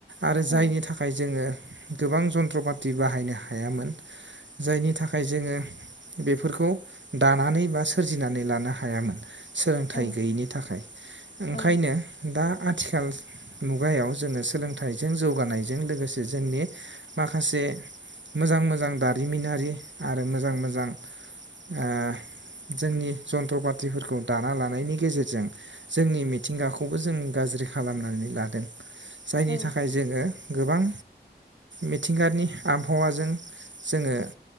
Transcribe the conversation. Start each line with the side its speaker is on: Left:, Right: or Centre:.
Right: आरो
Left: औ
Right: जायनि थाखाय जोङो गोबां जन्त्र पाति बाहायनो हायामोन जायनि थाखाय जोङो बेफोरखौ दानानै बा सोरजिनानै लानो हायामोन सोलोंथाइ
Left: औ
Right: गैयैनि थाखाय
Left: औ
Right: ओंखायनो दा आथिखाल मुगायाव जोङो सोलोंथाइजों जौगानायजों लोगोसे जोंनि माखासे मोजां मोजां दा जारिमिनारि आरो मोजां मोजां ओ जोंनि जन्थ्र पाथिफोरखौ दाना लानायनि गेजेरजों जोंनि मिथिंगाखौबो जों गाज्रि खालामनानै लादों जायनि
Left: औ
Right: थाखाय जोङो गोबां मिथिंगानि आबहावाजों जोङो